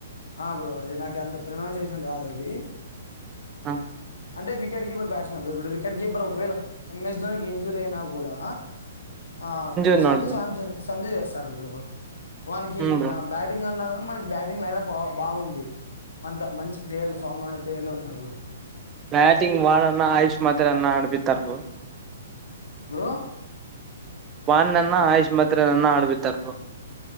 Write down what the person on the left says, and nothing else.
ఆ బ్రో అది నాకు అంత ప్రనౌన్సయేషన్ రాదు అది
అంటే వికెట్ కీపర్ బ్యాచ్ మెన్ ఇప్పుడు వికెట్ కీపర్ ేళ ఎం ఎస్ ధోని ఇంజూరీ అయినా కూడా ఆ
సంజు
శాంసంగ్ స్ సంజయ్ చేస్తార్ బ్రో వానికి
బ్యాటింగ్ అన్నా కానా మనకి బటింగ్ లయినప్ బా బాగుంది అంత ప్లేయర్లు ఫామ్ లో ప్లేయర్లు ఉన్నారు
బ్రో